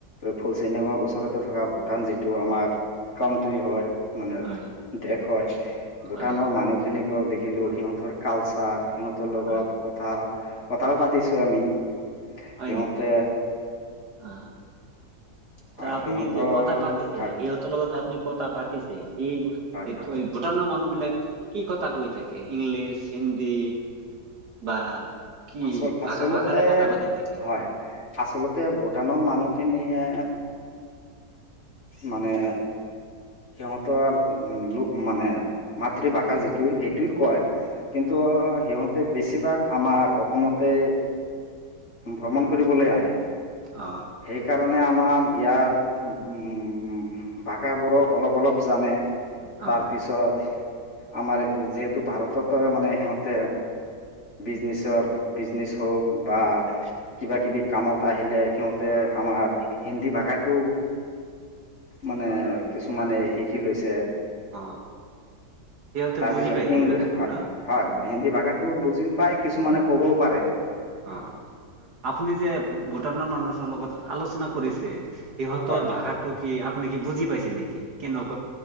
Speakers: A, on the left (about 40°); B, on the right (about 65°).
A: ফুলচিনেঙৰ ওচৰতে থকা ভোটান যিটো আমাৰ কাউন্ট্ৰী হয়, মানে
B: হয়,
A: দেশ হয়, ভূটানৰ
B: হয়,
A: মানুহখিনিক ক দেখিলোঁ, সিহঁতৰ কালচাৰ, সিহঁতৰ লগত
B: হয়,
A: কথা কথাও পাতিছোঁ, আমি
B: হয়
A: সিহঁতে
B: নেকি? অ,
A: হয়,
B: আপনি
A: সিহঁতৰ
B: যে কথা পাতিছে,
A: হয়
B: সিহঁতৰ লগত আপনি কথা পাতিছে, এই
A: হয় হয়
B: ভোটনৰ মানুহ বিলাক কি কথা কৈ থাকে, ইংলিছ, হিন্দি বা কি
A: আচল,
B: ভাষা
A: আচলতে
B: ভাষাৰে কথা পাতি থাকে
A: হয়। আচলতে ভোটানৰ মানুহখিনিয়ে মানে সিহঁতৰ লোক মানে, মাতৃভাষা যিটো সেইটো কয়। কিন্তু
B: অ
A: সিহঁতে বেছিভাগ, আমাৰ অসমতে ভ্ৰমণ কৰিবলৈ আহে।
B: অ
A: সেইকাৰণে আমাৰ ইয়াৰ, উম। উম, ভাষাবোৰো অলপ, অলপ জানে
B: অ
A: তাৰপিছত আমাৰ যিহেতু ভাৰতত মানে সিহঁতে বিজনেচৰ, বিজনেচ হওক বা কিবা, কিবি কামত আহিলে সিহঁতে আমাৰ হিন্দী ভাষাটো মানে কিছুমানে শিকি লৈছে।
B: অ সিহঁতে
A: তাৰপিছত
B: বুজি পায় হিন্দী
A: ইংলিছ
B: ভাষাটো
A: হয়,
B: ন
A: হয়। হিন্দী ভাষাটো বুজিও পায় কিছুমানে ক'বও পাৰে।
B: অ', অ', আপুনি যে ভূটানৰ মানুহৰ লগত আলোচনা কৰিছে। সিহঁতৰ
A: হয় হয়
B: ভাষাটো কি আপুনি কি বুজি পাইছে নেকি কেনেক?